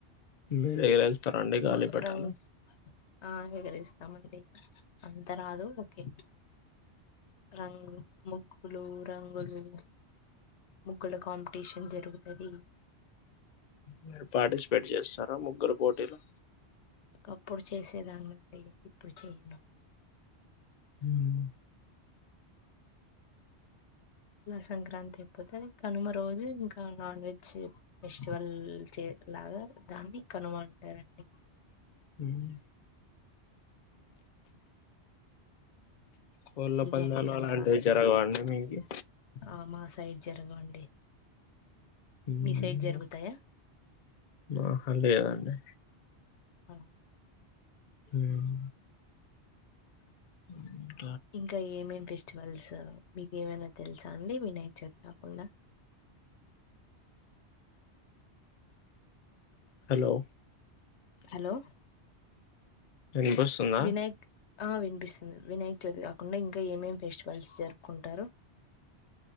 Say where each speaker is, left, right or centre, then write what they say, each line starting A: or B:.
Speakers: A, on the left; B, on the left.
A: మీరూ ఎగరేస్తారండి
B: ము-
A: గాలిపటాలు
B: రంగ్ ఆ ఎగరేస్తామండి అంత రాదు ఓకే రంగు ముగ్గులు రంగులు ముగ్గుల కాంపిటీ పిటిషన్ జరుగుతది
A: మీరు పార్టిసిపేట్ చేస్తారా ముగ్గుల పోటీలో
B: ఒకప్పుడు చేసేదన్నండి ఇప్పుడు చేయను
A: హ్మ్మ్
B: సంక్రాంతి అయిపోతది కనుమ రోజు ఇంకా నాన్ వెజ్ ఫెస్టివల్ చే లాగా దాన్ని కనుమంటారండి
A: హ్మ్మ్ కోళ్ళ
B: ఇదే
A: పందాలు
B: అండి సంక్రాంతి
A: అలాంటివి జరగవండి మీకి
B: ఆ మాస సైడ్ జరగవండి
A: హ్మ్మ్
B: మీ సైడ్ జరుగుతాయా
A: మా హాలేదండి
B: అ
A: హ్మ్మ్ హ్మ్మ్
B: ఇంకా ఏమేం ఫెస్టివల్స్ మీకు ఏవైనా తెలుసా అండి, వినాయ చవిది కాకుండా?
A: హలో
B: హలో
A: వినిపిస్తుందా
B: వినాయక్ ఆ వినిపిస్ వినాయక చవితి కాకుండా ఇంకా ఏమేం ఫెస్టివల్స్ జరుపుకుంటారు?